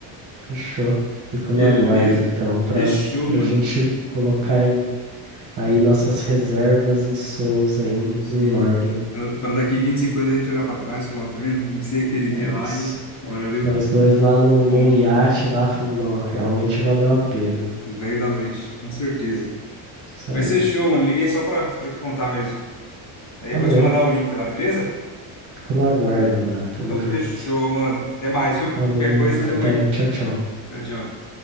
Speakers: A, on the right; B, on the left.
A: Fechou. Fico
B: Beleza?
A: no aguardo, então, para
B: Fechou,
A: para
B: mano.
A: a gente colocar em, aí nossas reservas e sonhos aí em,
B: Sim.
A: em ordem.
B: Para daqui 25 anos a gente olhar para trás e falar, ó, tá vendo? Comecei aquele dia
A: É
B: lá
A: isso.
B: e agora deu,
A: Nós dois lá num,
B: deu bom.
A: num iate lá falando, ó, realmente valeu a pena.
B: O velho da lanche, com certeza.
A: Isso
B: Mas
A: aí.
B: fechou, mano. Liguei só pra, pra te contar mesmo. Aí eu
A: Valeu.
B: vou te mandar o link lá, beleza?
A: Fico no aguardo lá. Tamo
B: Então fechou,
A: junto.
B: mano. Até mais, viu?
A: Falou,
B: Qualquer coisa,
A: até.
B: tamo aí.
A: Tchau, tchau.
B: Tchau, tchau.